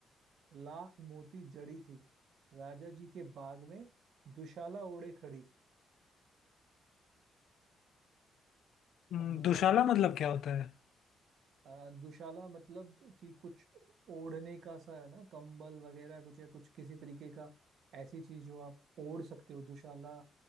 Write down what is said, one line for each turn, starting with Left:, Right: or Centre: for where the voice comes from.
Right: लाख मोती जड़ी थी राजा जी के बाग में दुशाला ओढ़े खड़ी थी
Left: हम्म,
Right: अब बताओ
Left: दुशाला
Right: भाई
Left: मतलब क्या होता है
Right: आ, दुशाला मतलब कि कुछ ओढ़ने का सा है ना कंबल वगैरह कुछ या कुछ किसी तरीके का ऐसी चीज जो आप ओढ़ सकते हो दुशाला